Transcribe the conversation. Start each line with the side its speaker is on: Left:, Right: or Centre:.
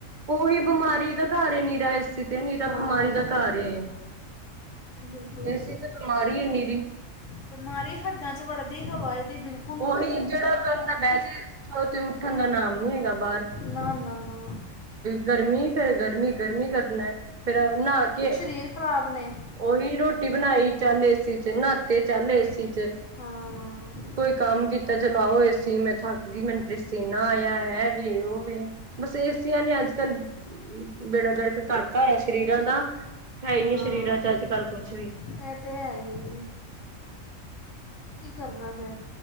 Right: ਉਹੀ, ਬਿਮਾਰੀ ਦਾ ਘਰ ਏ ਨੀਰਾ ਏਸ ਚ। ਤੇ ਨੀਰਾ
Left: ਹਾਂ
Right: ਬਿਮਾਰੀ ਦਾ ਘਰ ਏ
Left: ਬਿਲਕੁਲ
Right: ਏਸੀੇ ਤੇ ਬਿਮਾਰੀ ਏ ਨੀਰੀ।
Left: ਬੀਮਾਰੀ ਹੱਡਾਂ ਤਨ ਵੜਦੀ ਹਵਾ ਏਦੀ ਬਿਲਕੁਲ।
Right: ਉਹੀ, ਜਿਹੜਾ ਬੰਦਾ ਬਹਿ ਜੇ ਉਥੋਂ ਤੇ ਉੱਠਣ ਦਾ ਨਾਮ ਨੀ ਹੈਗਾ। ਬਾਹਰ।
Left: ਨਾ ਨਾ ਨਾ
Right: ਗਰਮੀ ਤੇ ਗਰਮੀ ਗਰਮੀ ਕਰਨਾ ਏ ਫੇਰ ਨਹਾ ਕੇ
Left: ਫੀਰ ਖ਼ਰਾਬ ਨੇਂ।
Right: ਉਓਹੀ, ਰੋਟੀ ਬਣਾਈ ਚੱਲ ਏਸੀ ਚ, ਨਹਾਤੇ ਚੱਲ ਏਸੀ ਚ।
Left: ਹਾਂ।
Right: ਕੋਈ ਕੰਮ ਕੀਤਾ ਚਲਾਆਓ ਏਸੀ। ਮੈਂ ਥੱਕਗਈ ਮੈਨੂੰ ਪਰਸੀਨਾ ਆਇਆ ਏ ਇਹ ਵੇ ਉਹ ਵੇ। ਬਸ ਏ ਸਿਆ ਨੇ ਅੱਜ ਕੱਲ ਬੇੜਾ ਗਰਕ ਕਰਤਾ ਹੋਆ ਸਰੀਰਾਂ ਦਾ ਹੈ ਹੀ ਨੀ
Left: ਹਾਂ
Right: ਸਰੀਰਾਂ ਚ ਅੱਜ ਕੱਲ
Left: ਇਹ
Right: ਕੁਛ ਵੀ
Left: ਅਤੇ ਹਈਏ ਜੀ ਕੀ ਕਰਨਾ ਫਿਰ।